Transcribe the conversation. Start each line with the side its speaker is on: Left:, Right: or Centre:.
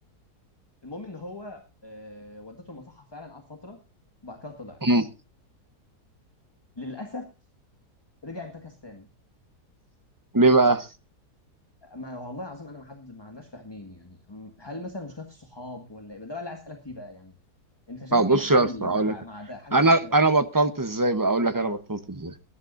Left: المهم ان هو آه، ودته المصحه فعلا قعد فتره وبعد كده طلع
Right: أمم.
Left: للاسف رجع انتكس تاني
Right: ليه بقى؟
Left: ما والله العظيم انا ما حد ما عندناش فاهمين يعني أم- هل مثلا المشكله في الصحاب ولا ايه ده بقى اللي عايز اسالك فيه بقى يعني انت شايف
Right: اه بص
Left: ايه الحل
Right: يا اسطى هقول
Left: مع
Right: لك
Left: مع ده حاجه
Right: انا
Left: زي كده
Right: انا
Left: مثلا
Right: بطلت ازاي بقى اقول لك
Left: اه
Right: انا بطلت ازاي